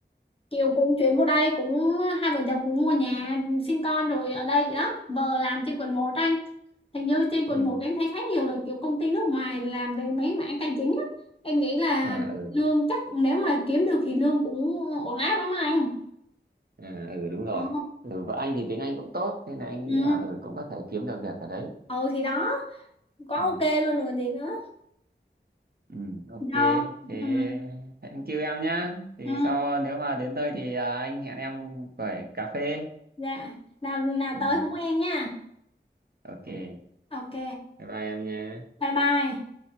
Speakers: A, on the left (about 30°); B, on the right (about 55°).
A: kiểu cũng chuyển vô đây cũng hai vợ chồng cũng mua nhà sinh con rồi ở đây đó vợ làm trên quận một anh hình như trên quận
B: ừ
A: một em thấy khá nhiều là kiểu công ty nước ngoài làm về mấy mảng tài chính á em nghĩ là
B: à ừ
A: lương chắc nếu mà kiếm được thì lương cũng ổn áp lắm anh
B: à ừ đúng rồi
A: ờ
B: ừ vợ anh thì tiếng Anh cũng tốt nên là anh nghĩ
A: ừ
B: là ừ cũng có thể kiếm được việc ở đấy
A: ừ thì đó quá
B: ừ
A: ok luôn rồi còn gì nữa
B: Ừ, ok.
A: do
B: Thế
A: ừ
B: thank you em nhá. Thì
A: ừ
B: sau nếu mà đến nơi thì à, anh hẹn em quẩy cà phê.
A: dạ nào nào
B: Ừ,
A: tới hú em nha
B: ok. Bye
A: ok
B: bye em nhé.
A: bye bye